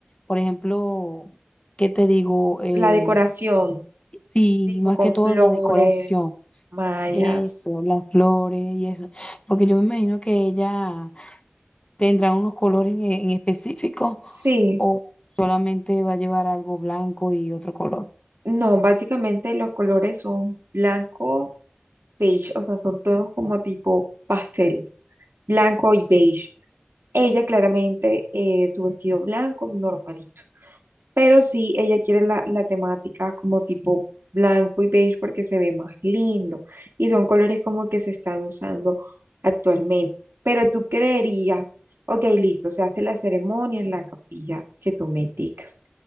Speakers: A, on the left; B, on the right.
A: por ejemplo, ¿qué te digo? Eh,
B: La decoración.
A: sí,
B: tipo
A: más
B: con
A: que
B: flores,
A: todo la decoración,
B: mallas.
A: eso, las flores y eso, porque yo me imagino que ella ¿Tendrá unos colores en en específico
B: Sí,
A: o solamente va a llevar algo blanco y otro color?
B: no, básicamente los colores son blanco, beige, o sea, son tonos como tipo pasteles, blanco y beige. Ella claramente, eh, su vestido blanco, normalito. Pero sí, ella quiere la, la temática como tipo blanco y beige porque se ve más lindo y son colores como que se están usando actualmente. Pero tú creerías, ok, listo, se hace la ceremonia en la capilla que tú me indicas.